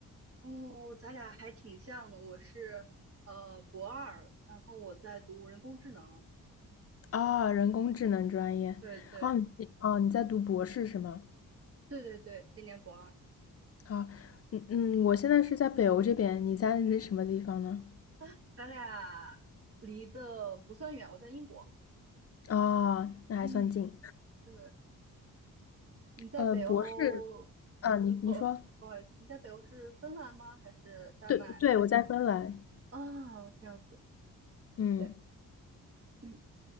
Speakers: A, on the right (about 40°); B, on the left (about 45°).
A: 哦，咱俩还挺像的，我是呃博二，然后我在读人工智能，
B: 啊，人工智能专业。
A: 对对
B: 哦，你哦，你在读博士是吗？
A: 对对对，今年博二
B: 啊，嗯嗯，我现在是在北欧这边，你在那什么地方呢？
A: 啊，咱俩离得不算远，我在英国，
B: 啊，那还算近。
A: 嗯，对，你在北欧，
B: 呃，博士，啊，你你说，
A: 呃不不好意思，你在北欧是芬兰吗？还是丹麦？
B: 对对，我在芬兰。
A: 哦，这样子，
B: 嗯。
A: 对，嗯